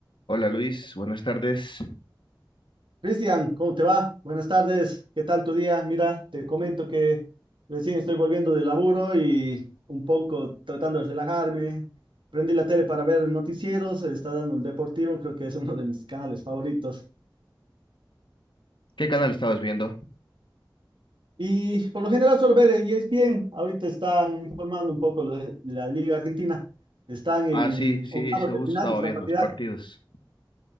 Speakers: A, on the left (about 75°); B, on the right (about 85°).
A: Hola Luis, buenas tardes.
B: Cristian, ¿cómo te va? Buenas tardes, ¿qué tal tu día? Mira, te comento que recién estoy volviendo de laburo y un poco tratando de relajarme. Prendí la tele para ver noticieros, se está dando el Deportivo, creo que es uno de mis canales favoritos.
A: ¿Qué canal estabas viendo?
B: Y por lo general suelo ver ESPN, ahorita están informando un poco lo de de la Liga Argentina. Están en
A: Ah, sí, sí,
B: octavos
A: sí,
B: de
A: justo
B: final
A: estaba
B: y están
A: viendo
B: partidas.
A: los partidos.